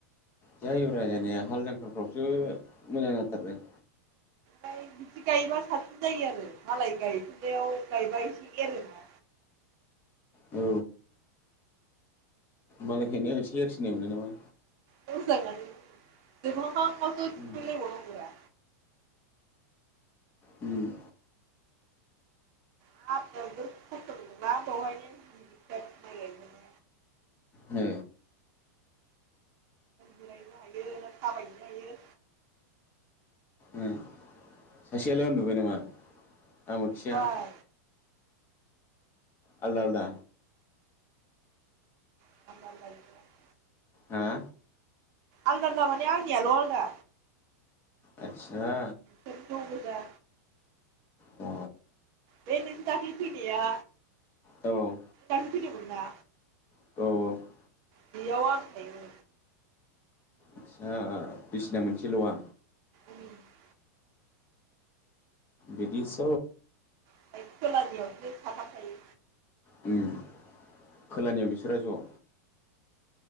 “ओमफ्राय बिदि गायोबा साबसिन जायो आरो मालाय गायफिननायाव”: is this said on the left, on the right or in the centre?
Right